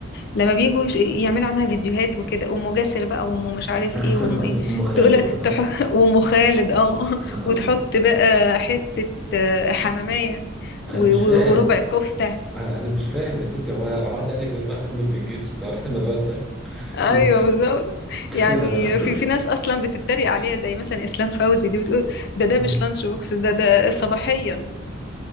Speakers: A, on the left; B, in the centre.
A: لما بيجوا يش- يعملوا عنها فيديوهات وكده أم جاسر بقى وأم مش عارف
B: <laughs>
A: ايه وأم ايه
B: ام خالد
A: تقول
B: اه
A: <laughs> تح... وأم خالد اه <laughs>
B: آه.
A: وتحط بقى حتة آه، حمامية
B: انا
A: و...
B: مش
A: و...
B: فاهم
A: وربع كفتة
B: انا مش فاهم يا ستي هو هو حد قال لك أنا رايح اخدم في الجيش ده رايح المدرسه يعني
A: ايوه
B: <laughs>
A: بالظبط يعني
B: انا
A: في في ناس اصلا بتتريق عليها زي مثلا اسلام فوزي دي بتقول ده ده
B: <laughs>
A: مش لانش بوكس ده ده صباحيه